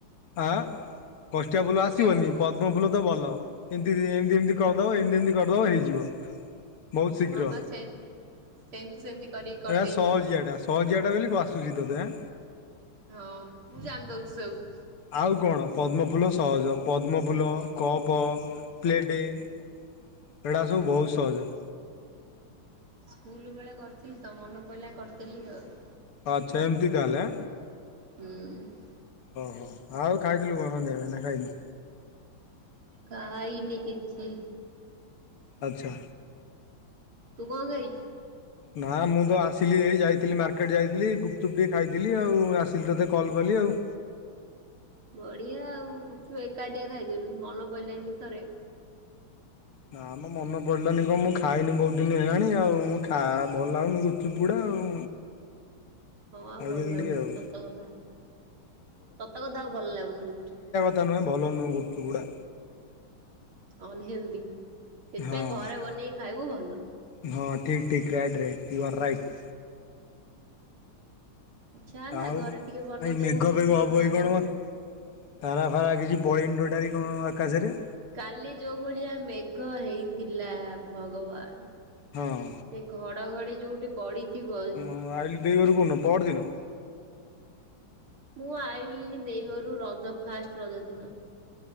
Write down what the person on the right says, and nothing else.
କଷ୍ଟିଆ
କୋଉଟା
ହଁ ବା ସେ ସେମିତି ସେମିତି କରିକି କରିଦେଇଛି।
ହଁ ତୁ ଜାଣି ଦଉଚୁ ସବୁ।
ସ୍କୁଲ ବେଳେ କରିଥିଲି ତ ମନ ପଡ଼ିଲା କରିଥିଲି ଆଉ।
ହୁଁ।
ଖାଇନି କିଛି।
ତୁ କଣ ଖାଇଛୁ।
ବଢିଆ ଆଉଛୁ ଏକାଟିଆ ଖାଇଦେଲୁ ମନ ପଇଲାନି ଥରେ।
ହ ହଁ ଆଉ
ଭଲ ଲାଗୁନି
ସତ କଥା ସତ କଥା ଆଉ ଭଲ ଲାଗୁନି ଗୁପଚୁପ।
ଅନହେଲଦି ସେଥିପାଇଁ
ଘରେ ବନେଇକି ଖାଇବୁ ଭଲ।
ଇଚ୍ଛା ହେଲା
ଘରେ ଟିକେ ବନେଇଦବୁ
ଟିକେ
ପୋଦିନା
ପତ୍ର
କାଲି ଯୋଉ ଭଳିଆ ମେଘ ହେଇଥିଲା ଭଗବାନ।
ସେ ଘଡ ଘଡି ଯୋଉଠି ପଡିଥିବ।
ମୁଁ ଆଇଲିଣି ଦେଇଗରୁ ରଜ ଫାଷ୍ଟ ରଜ ଦିନ।